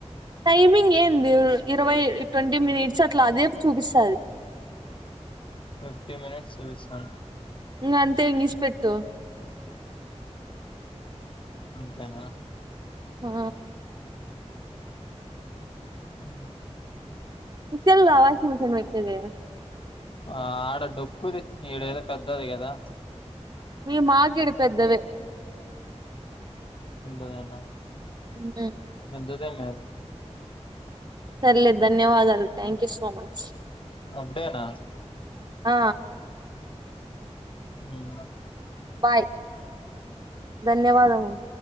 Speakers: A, on the right; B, on the left.
A: టైమింగ్ ఏంది ఇరవై ట్వంటీ మినిట్స్ అట్లా అదే చూపిస్తాది.
B: ఫిఫ్టీ మినిట్స్ చూపిస్తాంది.
A: ఇంగంతే ఇంగ ఇడిసిపెట్టు.
B: అంతేనా!
A: ఆ
B: మ్
A: నీక్ తెల్దా వాషింగ్ మెషిన్ పెట్టేది.
B: ఆ ఆడ డొక్కుది. ఈడ ఏదో పెద్దది కదా!
A: మీ మాకీడ పెద్దవె.
B: పెద్దవేన
A: మ్
B: ఎంతసేపు మే అది
A: పర్లేదు ధన్యవాదాలు. Thank you so much.
B: అప్పుడేనా
A: ఆ
B: హ్మ్
A: బాయ్ ధన్యవాదములు.